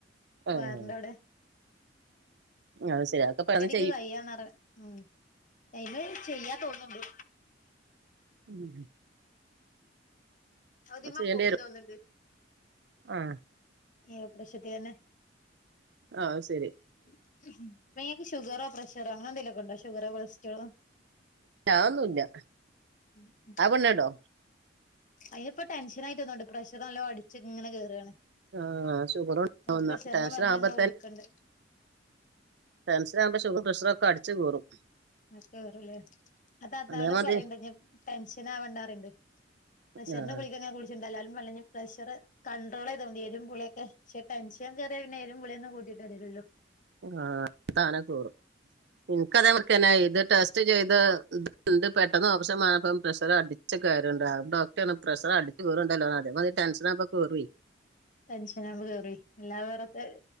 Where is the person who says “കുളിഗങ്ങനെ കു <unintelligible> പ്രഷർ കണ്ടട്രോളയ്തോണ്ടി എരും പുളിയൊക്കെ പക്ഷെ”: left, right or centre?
Left